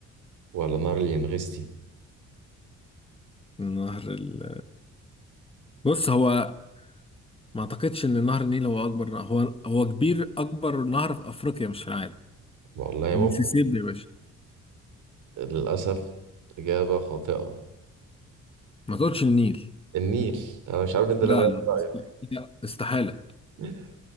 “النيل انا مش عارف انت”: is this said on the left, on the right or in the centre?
Right